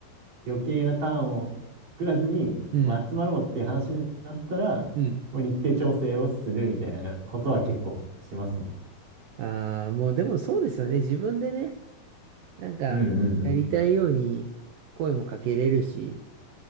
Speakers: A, on the right; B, on the right.
A: 余計なターンを作らずに、
B: うん。
A: まあ集まろうっていう話になったら、
B: うん。
A: もう日程調整をするみたいなことは結構しますね。
B: ああ、もうでもそうですよね。自分でね、なんか、
A: うんうんうん。
B: やりたいように声もかけれるし、